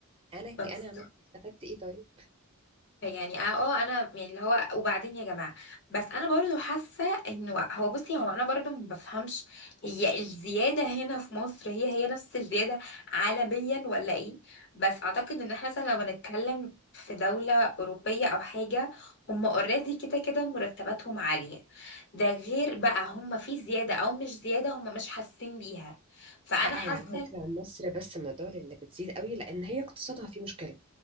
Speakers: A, on the right; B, on the left.
A: انا ك-
B: بس
A: انا عملت إيه؟ استفدت ايه طيب
B: يعني اه آه، انا يعني اللي هو وبعدين يا جماعه بس انا برضو حاسه انه هو بصي هو انا برضو ما بفهمش هي الزياده هنا في مصر هي هي نفس الزياده عالميا ولا ايه بس اعتقد ان احنا مثلا لو هنتكلم في دوله اوروبيه او حاجه هم اوريدي كده كده مرتباتهم عاليه ده غير بقى هم في زياده او مش زياده هم مش حاسين بيها فانا
A: لا
B: حاسه
A: هو على فكرة مصر بس من الدول اللي بتزيد قوي لان هي اقتصادها فيه مشكلة